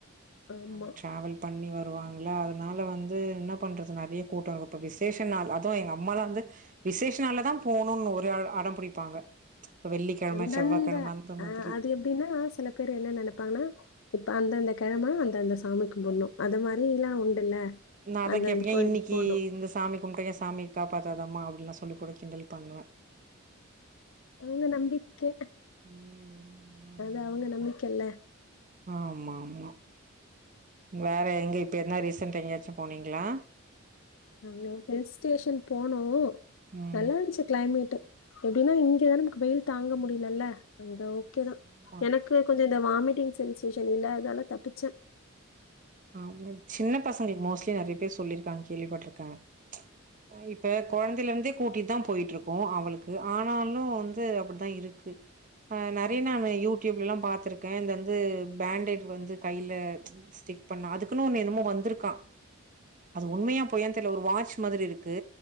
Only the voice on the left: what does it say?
ஆமா
அந்தந்த
அஹ்
அது எப்டினா சில பேரு என்ன நினைப்பாங்கனா இப்ப அந்தந்த கிழம அந்தந்த சாமி கும்பிடணு அது மாரி எல்லா உண்டுல்ல
அந்தந்த
கோயிலுக்கு
போணு
அவுங்க நம்பிக்கை
அது அவுங்க
நம்பிக்கைல்ல
அங்க ஹில் ஸ்டேஷன் போனோ
நல்லா இருந்ச்சு கிளைமேட் எப்டினா இங்கதானே நமக்கு வெயில் தாங்க முடியலல்ல அங்க ஓகேதா
எனக்கு கொஞ்சோ இந்த வாமிட்டிங் சென்சேஷன் இல்லாதாதனால தப்பிச்ச